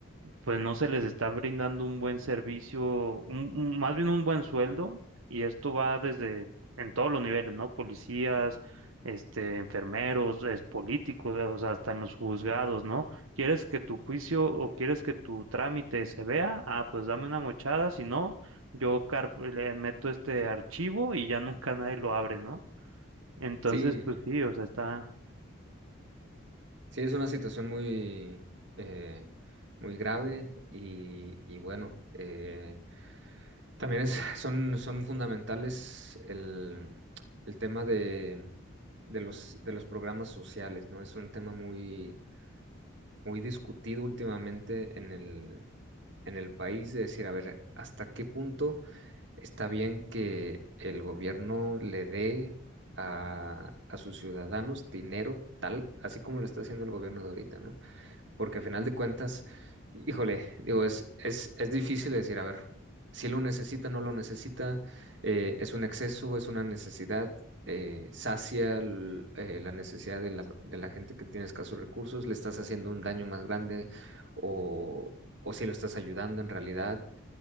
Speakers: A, on the right; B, on the right.
A: pues no se les está brindando un buen servicio, un, un- más bien un buen sueldo, y esto va desde en todos los niveles, ¿no? Policías, este, enfermeros, es, políticos, o sea, hasta en los juzgados, ¿no? ¿Quieres que tu juicio o quieres que tu trámite se vea? Ah, pues dame una mochada, si no, yo car- le meto este archivo y ya nunca nadie lo abre, ¿no? Entonces,
B: Sí,
A: pues sí, o sea, está...
B: sí, es una situación muy, eh, muy grave y, y bueno, eh, también es- <laughs> son, son fundamentales el, el tema de, de los, de los programas sociales, ¿no? Es un tema muy, muy discutido últimamente en el, en el país, de decir, a ver, ¿hasta qué punto? Está bien que el gobierno le dé a, a sus ciudadanos dinero tal, así como lo está haciendo el gobierno de ahorita, ¿no? Porque a final de cuentas, híjole, digo, es, es, es difícil decir, a ver, si lo necesita, no lo necesita, eh, es un exceso, es una necesidad, eh, sacia el- eh, la necesidad de la, de la gente que tiene escasos recursos, le estás haciendo un daño más grande o, o si lo estás ayudando en realidad.